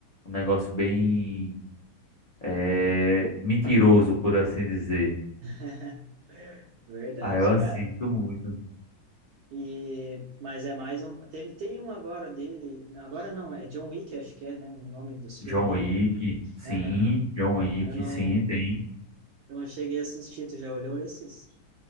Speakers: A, on the left; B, on the right.
A: um negócio bem eh, mentiroso, por assim dizer.
B: <laughs> Verdade,
A: Ah, eu assisto
B: cara.
A: muito.
B: E, mas é mais um. Teve, tem um agora dele. Agora não, é John Wick, acho que é, né? O nome dos filmes
A: John
B: dele.
A: Wick, sim,
B: É, né?
A: John Wick,
B: Eu não,
A: sim, tem.
B: eu não cheguei a assistir. Tu já olhou esses?